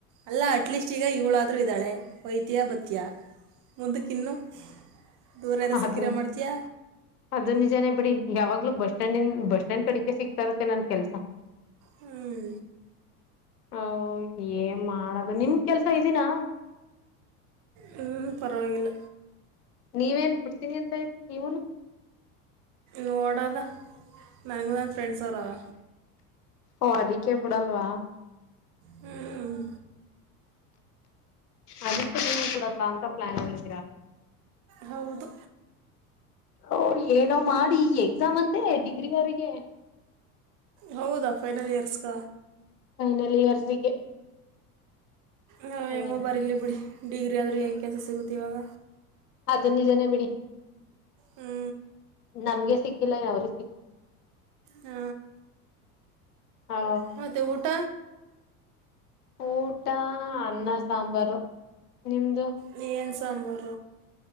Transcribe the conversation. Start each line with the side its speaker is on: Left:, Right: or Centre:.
Right: ಅಲ್ಲ ಅಟ್ಲೀಸ್ಟ್ ಈಗ ಇವಳ ಮಾೂ ಇದ್ದಾಳೆ ವೈದ್ಯಾಭತ್ಯ ಮುಂದಕ್ಕಿನ್ನು ದೂರೆ ರಸ
Left: ಅದು
Right: ಕೀರೆ ಮಾಡ್ತಿಯ
Left: ಅದು ನಿಜಾನೇ ಬಿಡಿ ಯಾವಾಗ್ಲೂ ಬಸ್ ಸ್ಟ್ಯಾಂಡ ಬಸ್ ಸ್ಟ್ಯಾಂಡ್ ಕಡಿಕೆ ಸಿಗ್ತಾ ಇತ್ತೆ ನನ್ ಕೆಲಸ
Right: ಹ್ಞೂ
Left: ಹ ಏನ್ ಮಾಡದು ನಿಮ ಕೆಲ್ಸ ಈಜಿ ನಾ
Right: ಹ್ಞೂ ಪರವಾಗಿಲ್ಲ
Left: ನೀವೇನ್ ಬಿಡ್ತೀನಿ ಅಂತ ಇದ್ರಿ ನೀವನು
Right: ನೋಡದ ನನಗ ನನ್ನ ಫ್ರೆಂಡ್ಸ್ ಅವರದ
Left: ಓ ಅದಕ್ಕೆೇ ಬಿಡಲ್ವಾ
Right: ಹ್ಮ್
Left: ಅದಕ್ಕೆ ನೀ ಬಿಡಲ್ಲ ಅಂತ ಪ್ಲಾನ್ ಅಲ್ಲಿದ್ದೀರಾ
Right: ಹೌದು
Left: ಓ ಏನೋ ಮಾಡಿ ಈ ಎಕ್ಸಾಮ್ ಅಂತೆ ಡಿಗ್ರಿ ಅವರಿಗೆ
Right: ಹೌದಾ ಫೈನಲ್ ಇಯರ್ಸ್ಗ
Left: ಫೈನಲ್ ಇಯರ್ಸಿಗೆ
Right: ಆಯೋ
Left: ಹಂಗಂತ
Right: ಹೆಂಗೋ ಬರಲಿ ಬಿಡಿ ಡಿಗ್ರಿ ಆದರೂ ಹೆಗೆ ಕೆಲಸ ಸಿಗುತ್ತೆ ಇವಾಗ
Left: ಹದ ನಿಜನ ಬಿಡಿ
Right: ಹ್ಞೂ
Left: ನಮ್ಗೆ ಸಿ ಕೆಲ್ಲ ಅವ್ರಿಗೆ ಸಿಗುತ್ತಾ
Right: ಹ್ಮ
Left: ಆ
Right: ಮತ್ತೆ ಊಟ
Left: ಊಟಾ ಅ್ಣಾ ಸಾಂಬಾರು ನಿಮ್ದು
Right: ಮಏನ್ ಸಾಂಬಾರ